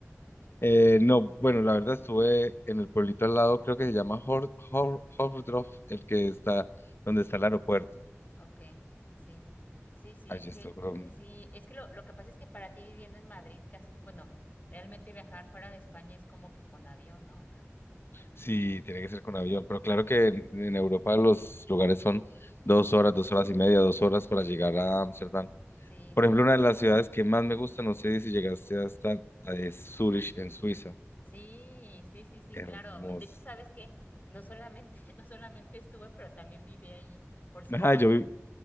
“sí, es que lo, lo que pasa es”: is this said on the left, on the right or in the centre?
Left